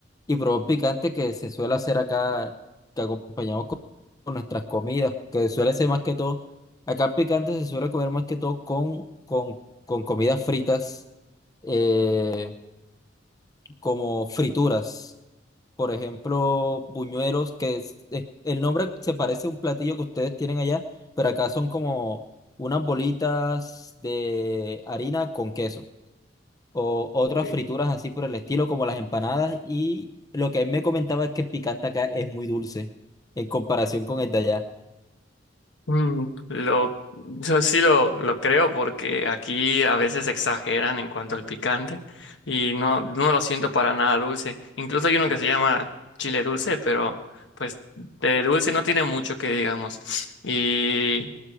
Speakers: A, on the left; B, on the left.
A: y probó picante que se suele hacer acá, que acompañamos con, con nuestras comidas, que suele ser más que todo, acá el picante se suele comer más que todo con, con, con comidas fritas, eh, como frituras por ejemplo, buñuelos, que es- es- el nombre se parece a un platillo que ustedes tienen allá, pero acá son como unas bolitas de harina con queso o otras
B: Ok.
A: frituras así por el estilo, como las empanadas. Y lo que él me comentaba es que el picante acá es muy dulce en comparación con el de allá.
B: Mm, Lo, yo sí lo, lo creo porque aquí a veces exageran en cuanto al picante y no, no lo siento para nada dulce. Incluso hay uno que se llama chile dulce, pero pues de dulce no tiene mucho que digamos. Y